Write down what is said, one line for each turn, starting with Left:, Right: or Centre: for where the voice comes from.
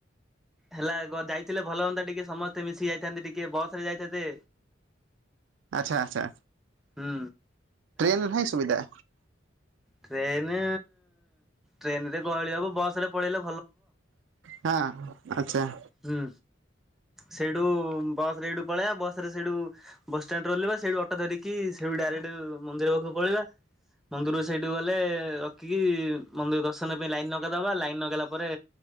Centre: ହେଲା ଯାଇଥିଲେ ଭଲ ହୁଅନ୍ତା ଟିକେ ସମସ୍ତେ ମିଶି ଯାଇଥାନ୍ତେ ଟିକେ ବସରେ ଯାଇଥାନ୍ତେ।
Right: ଆଚ୍ଛା ଆଚ୍ଛା
Centre: ହୁଁ।
Right: ଟ୍ରେନ ନା ସୁବିଧା।
Centre: ଟ୍ରେନ ଟ୍ରେନରେ ଗହଳି ହବ ବସରେ ପଳେଇଲା
Right: ହଁ। ଆଚ୍ଛା।
Centre: ହୁଁ। ସେଇଠୁ ବସ ରେ ଏଇଠୁ ପଳେଇବା ବସ ରେ ସେଇଠୁ ବସଷ୍ଟାଣ୍ଡରେ ରହଲିବା ସେଇଠୁ ଅଟୋ ଧରିକି ସେଠୁ ଡାଇରେକ୍ଟ। ମନ୍ଦିର ପାଖକୁ ପଳେଇିବା। ମନ୍ଦିରରୁ ସେଇଠି ଗଲେ ରଖିକି ମନ୍ଦିର ଦର୍ଶନ ପାଇଁ ଲାଇନ ନଗେଇଦବା ଲାଇନ ନଗାଇଲା ପରେ